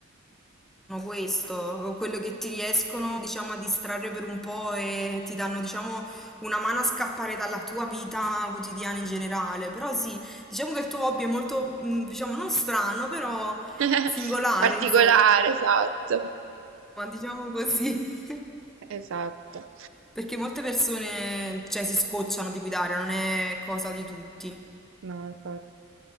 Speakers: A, in the centre; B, on the right.
A: sono questo, quello che ti riescono, diciamo, a distrarre per un po' e ti danno, diciamo, una mano a scappare dalla tua vita quotidiana in generale. Però sì, diciamo che il tuo hobby è molto, mh, diciamo, non strano, però
B: <laughs>
A: singolare,
B: Particolare,
A: insomma.
B: esatto.
A: Ma diciamo così, <laughs>
B: Esatto.
A: perché molte persone, cioè, si scocciano di guidare, non è cosa di tutti.
B: No, infatti.